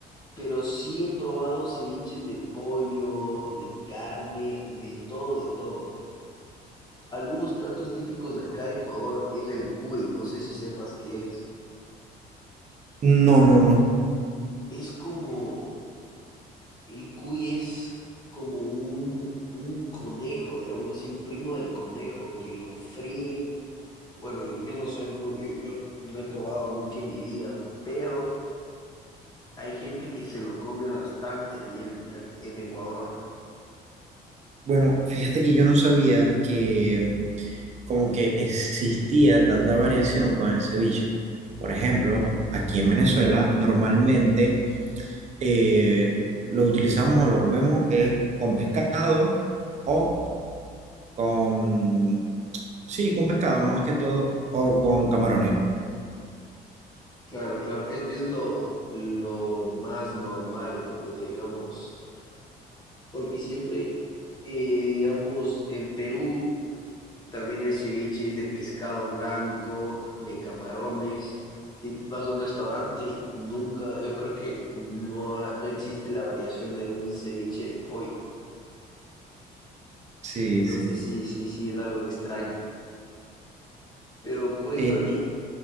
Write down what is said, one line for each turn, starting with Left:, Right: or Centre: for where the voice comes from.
Left: Pero sí he probado ceviches de pollo, de carne, de todo, de todo. Algunos platos típicos de acá de Ecuador es el cuy, no sé si sepas qué es.
Right: No, no, no.
Left: Es como, el cuy es como un, un conejo, digamos así, un primo del conejo que lo fríen. Bueno, yo no soy muy, yo, yo no he probado nunca en mi vida, pero hay gente que se lo come bastante allá en, en Ecuador.
Right: Bueno, fíjate que yo no sabía que como que existía tanta variación con el ceviche. Por ejemplo, aquí en Venezuela normalmente eh, lo utilizamos o lo comemos es con pescado o con, sí, con pescado más que todo o con camarones.
Left: Claro, claro, es, es lo, lo más normal, como digamos, porque siempre, eh, digamos, en Perú también el ceviche es de pescado blanco, de camarones. Si vas a un restaurante, nunca, yo creo que no, ha- no existe la variación de un ceviche de pollo.
Right: Sí,
Left: Entonces
Right: sí.
Left: sí, sí, sí, es algo extraño. Pero cuéntame,
Right: Eh,